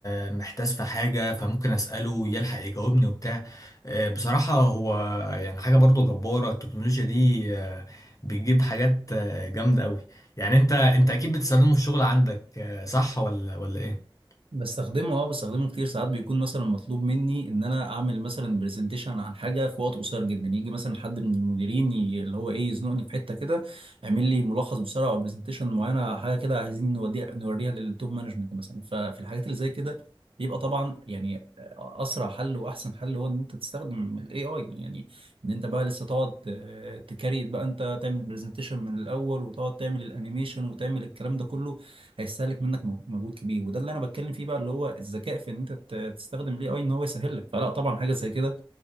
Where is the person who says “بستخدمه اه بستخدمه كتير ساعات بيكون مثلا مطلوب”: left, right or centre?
Right